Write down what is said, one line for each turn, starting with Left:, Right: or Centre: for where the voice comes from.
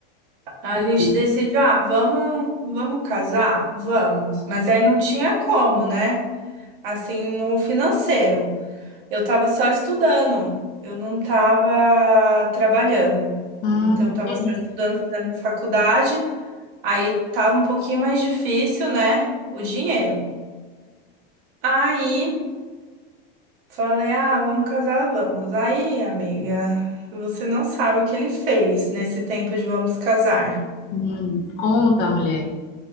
Right: A gente
Left: Sim.
Right: decide, ah, vamos, vamos casar? Vamos. Mas aí não tinha como, né? Assim, no financeiro. Eu tava só estudando, eu não tava trabalhando.
Left: Hum,
Right: Então, eu tava
Left: entendi.
Right: só estudando, fazendo faculdade. Aí tava um pouquinho mais difícil, né? O dinheiro. Aí falei, ah, vamos casar, vamos. Aí, amiga, você não sabe o que ele fez nesse tempo de vamos casar.
Left: Hum, conta, mulher.